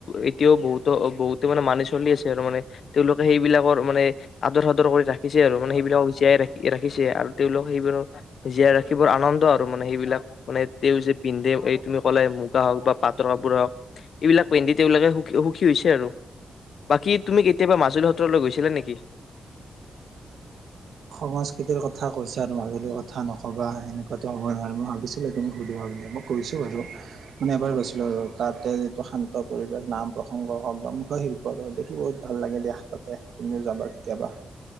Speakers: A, on the left; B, on the right.
A: এতিয়াও বহুতো বহুতে মানে মানি চলি আছে আৰু, মানে তেওঁলোকে সেইবিলাকৰ মানে আদৰ সাদৰ কৰি ৰাখিছে আৰু মানে সেইবিলাক জীয়াই ৰাখি ৰাখিছে আৰু তেওঁলোক সেইবিলাক জীয়াই ৰাখিবৰ আনন্দ আৰু মানে সেইবিলাক মানে তেওঁ যে পিন্ধে এই তুমি ক'লে মুগা হওক বা পাটৰ কাপোৰ হওক এইবিলাক। পিন্ধি তেওঁলোকে সুখ সুখী হৈছে আৰু বাকী তুমি কেতিয়াবা মাজুলী সত্ৰলৈ গৈছিলা নেকি?
B: সংস্কৃতিৰ কথা কৈছা আৰু মাজুলীৰ কথা নক'বা এনেকুৱাতো হ'ব নোৱাৰে মই ভাবিছিলো তুমি সুধিবা বুলি মই কৈছো বাৰু মানে এবাৰ গৈছিলো আৰু তাতে যিটো শান্ত পৰিৱেশ, নাম প্ৰসংগ হওক বা মুখা শিল্পৰ দেখি বহুত ভাল লাগে দিয়া তাতে তুমিও যাবা কেতিয়াবা।